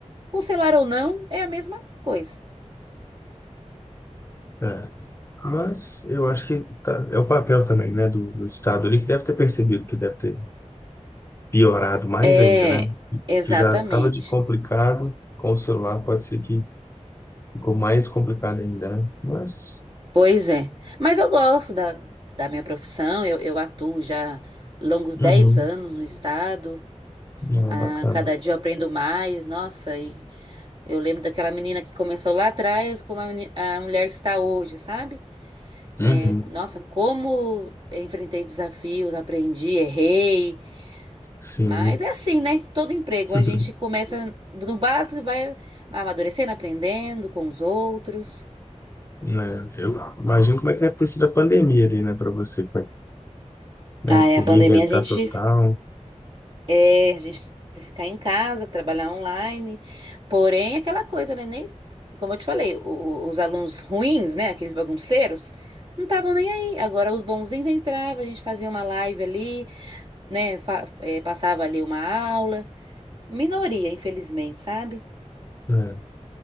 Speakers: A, on the right; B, on the left.
A: Cancelar ou não é a mesma coisa.
B: É. Mas eu acho que tá- é o papel também, né, do, do Estado ali, que deve ter percebido que deve ter piorado mais
A: É,
B: ainda, né?
A: exatamente.
B: Que já estava de complicado com o celular, pode ser que ficou mais complicado ainda, né? Mas,
A: Pois é. Mas eu gosto da, da minha profissão, eu, eu atuo já longos dez
B: uhum,
A: anos no estado.
B: não,
A: Ah,
B: bacana.
A: cada dia eu aprendo mais, nossa, e eu lembro daquela menina que começou lá atrás, como a, meni- a mulher que está hoje, sabe?
B: Uhum,
A: É, nossa, como eu enfrentei desafios, aprendi, errei.
B: sim.
A: Mas é assim, né? Todo emprego,
B: <laughs>
A: a gente começa no básico e vai amadurecendo, aprendendo com os outros.
B: né? Eu imagino como é que deve ter sido a pandemia ali, né, para você, como é que, né,
A: Ah,
B: se
A: é, a
B: reinventar
A: pandemia a gente
B: total,
A: é, a gente teve que ficar em casa, trabalhar online. Porém, aquela coisa, né? Nem, como eu te falei, o- os alunos ruins, né? Aqueles bagunceiros, não estavam nem aí. Agora, os bonzinhos entravam, a gente fazia uma live ali, né? fa- eh, passava ali uma aula. Minoria, infelizmente, sabe?
B: né?